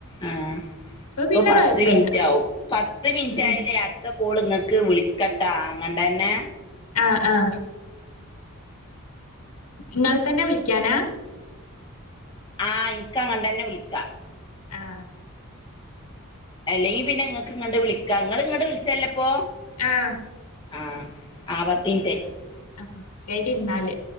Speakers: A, on the left; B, on the left.
A: ആ ഇപ്പൊ
B: പിന്നെ
A: പത്ത്
B: കൊഴപ്പല്ല
A: മിനിറ്റാവും പത്ത് മിനിറ്റായാലെ
B: ഉം
A: അ ത്തെ കോള് ഇങ്ങക്ക് വിളിക്കട്ടാ അങ്ങണ്ടന്നെ
B: ആഹ് ആഹ് ഇങ്ങളെ തന്നെ വിളിക്കാനാ
A: ആഹ് ഇക്ക് അങ്ങ തന്നെ വിളിക്കാം
B: ആഹ്
A: അല്ലെങ്കി പിന്നെ ഇങ്ങക്ക് ഇങ്ങോട്ട് വിളിക്കാം ഇങ്ങള് ഇങ്ങോട്ട് വിളിച്ചല്ലെപ്പോ
B: ആഹ്
A: ആഹ് ആപത്തിന്റെ
B: ആഹ് ശരിയെന്നാല്